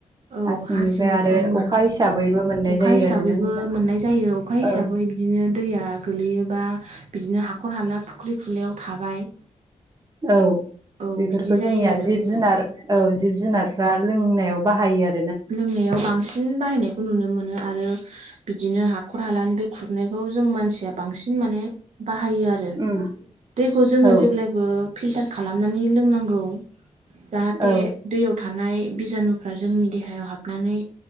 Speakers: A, on the right; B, on the right.
A: औ
B: हासिंनिफ्राय
A: हा सिंनिफ्राय
B: आरो
A: मोन
B: अखा <unintelligible> हिसाबैबो मोननाय
A: अखा
B: जायो
A: हिसाबैबो
B: आरो ना नोंथां
A: मोननाय जायो अखा हिसाबै
B: औ
A: बिदिनो दैया गोलैयोबा बिदिनो हाखर हाला फुख्रि खुरनायाव थाबाय
B: औ
A: औ
B: बेफोरखौ
A: बिदि जायो
B: जोंनिया
A: आरो
B: जिब जुनार औ जिब जुनारफ्रा लोंनायाव बाहायो आरो
A: लोंनायाव बांसिन बाहायनायखौ नुनो मोनो आरो बिदिनो हाखर हालानि बे खुरनायखौ जों मानसिया बांसिन माने बाहायो आत
B: उम
A: दैखौ जोङो
B: औ
A: जेब्लायबो फिल्टार खालामनानै लोंनांगौ जाहाथे
B: औ
A: दैयाव थानाय बिजानुफ्रा जोंनि देहायाव हाबनानै